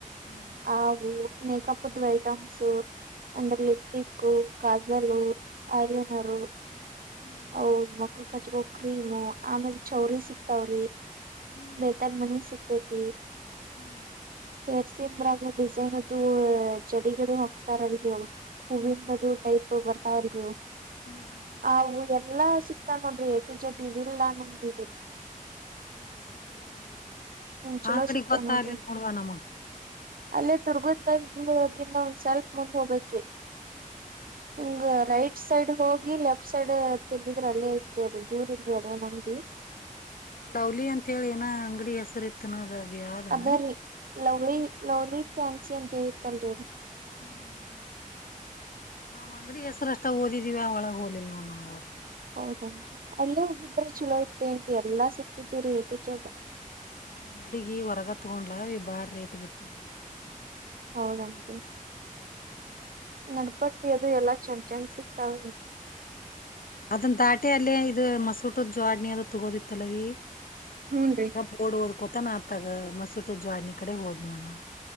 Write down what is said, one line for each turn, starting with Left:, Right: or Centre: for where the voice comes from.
Left: ಹ್ಮ್
Right: ಅವಾಗ ಮೇಕೇಕಪ್ ದ ಐಟಮ್ಸ್ ಅಂದ್ರ ಲಿಪ್ಸ್ಟಿಕ್ ಕಾಜಲ್ ಐಲೆನರ್
Left: ಹ್ಮ್ ಹ್ಮ್
Right: ಅವು ಮಕ್ಕಕ್ ಕಚ್ಕೋಕ್ರೀಮು ಆಮೇಲ್ ಚೌರಿ ಸಿಕ್ತಾವ್ರಿ
Left: ಹ್ಮ್ ಹ್ಮ್
Right: ಬೇಹತರ್ ಬನಿ ಸಿಕ್ತ ಮತ್ತು
Left: ಹ್ಮ್ <unintelligible>
Right: ಜರ್ಸಿ ಅಂದ್ರಾಗ್ಲ ಡಿಸೈನ್ ಅದು ಚಡಿಗದು ಹೋಗಕ್ತಾರಲ್ರಿ ಹೂವಿಂದದು
Left: ಹ್ಮ್
Right: ಟೈಪ್ ಬರ್ತ ಹೌದರಿವು
Left: ಹ್ಮ್ ಹ್ಮ್
Right: ಹವು ಎಲ್ಲಾ ಸಿಕ್ತಾ ನೋಡ್ರಿ ಕ್ ಜಡ್ ಇದಿಲ್ಲ ನಂಗ್ದಿದಿರಿ
Left: ಇಲ್ಲ ಸಲ್ತ ಉಡಂಗ ಬರ
Right: ಚಲೋ
Left: ಅಂಗಡಿ
Right: ಸಿಗ್ತಾವ
Left: ಗೊತ್ತರ್ಲಿಲ್ಲ
Right: ನೋಡ್ರಿ
Left: ನೋಡುವ ನಮಗ
Right: ಅಲ್ಲೇ ತುರ್ಗುದ ಬಂದ ದನ್ನ ಒಂದ್ ಸ್ವಲ್ಪ ಮುಂದ್ ಹೋಗಬೇರಿ <unintelligible> ಈಂಗ ರೈಟ್ ಫ್ಟ್ ಸೈಡ್ ಹೋಗಿ ಲೆಫ್ಟ್ ಸೈಡ್ ತಿರ್ಗಿದ್ರೆ ಅಲ್ಲೇ ಐತ್ರಿ ಅದ ದೂರ ಇಲ್ಲರಿ ಅದ ಏನ್ ಅಂಗಡಿ
Left: ಲವ್ಲಿ ಅಂತ ಹೇಳಿ ಏನ ಅಂಗಡಿ ಹೆಸರು ಇತ್ತೇನ ಅದ ವ್ಯಾಧನ
Right: ಅದರಿ
Left: <unintelligible>
Right: ಲವ್ಲಿ ಲವ್ಲಿ ಫ್ಯಾನ್ಸಿ ಅಂತ ಹೇಳಿ ಇತ್ತಲ್ರಿ ಅದ
Left: ಹಾ ಹಾ ನಮ್ಮ ಅಂಗಡಿ ಹೆಸರ ಅಂತ ಓದಿದೇವಿ ಆ ಒಳಗ್ ಹೋಗಲಿಲ್ಲ ನೋಡ್ ನಾವ್
Right: ಹೌದೆ ನ್ರಿ ಅಲ್ಲೇ ಹೋಗಿದ್ರ ಚಲೋ ಇತ್ತ ರಾ ಅಂತ ಎಲ್ಲಾ ಸಿಗ್ತಿಡುವರೀ ಏ ಟು ಜೆಡ್
Left: ನಮ್ಮ್ ಹುಡುಗಿ ಹೊರಗ ತಗೊಂಡ್ಲ ಬಾಳ ರೇಟ್ ಬಿತ್ ನಮಗದು
Right: ಹೌದೆನ್ರಿ
Left: ಹ
Right: ನಡಪಟ್ಟಿ ಅದು ಎಲ್ಲ ಚಂದ ಚಂದ ಸಿಗ್ತಾವ ರಿ
Left: ಅದನ್ ದಾಟಿ ಅಲ್ಲೇ ಇದು ಮಸೂಟದ್ ಜೋಡಣಿ ಅದು ತಗೋದಿತ್ತಲವೀ <unintelligible>
Right: ಹೂನ್ರಿ
Left: ಅದು ನಂಗ ಪಡುುವದು <unintelligible> ಕೊತನಾತಗ ಮಸೂತ ಜ್ವಾಡಿನಿ ಕಡೆ ಹೋದ್ ನೋ ನಾನ